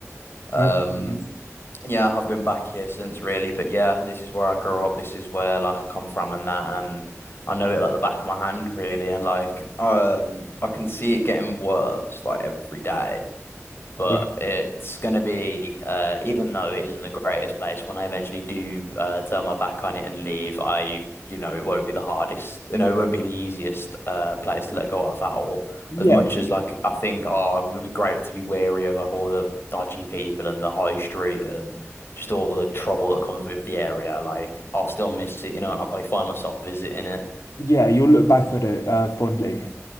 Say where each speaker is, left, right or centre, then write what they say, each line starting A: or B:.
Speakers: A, on the left; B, on the left.
A: Um,
B: Okay, nice.
A: yeah, I've been back here since really, but yeah, this is where I grew up. This is where like I'm from and that, and I know it like the back of my hand really, and like um, I can see it getting worse like every day. But
B: Really-
A: it's going to be, uh, even though it isn't the greatest place, when I eventually do uh, turn my back on it and leave, I, you know, it won't be the hardest, you know, it won't be the easiest uh, place to let go of at all.
B: Yeah,
A: As much as like I think, oh, it would be great to be wary of like all the dodgy people and the high street and just all the trouble that comes with the area. Like I'll still miss it, you know, and I'll probably find myself visiting it.
B: yeah, you'll look back at it uh, fondly.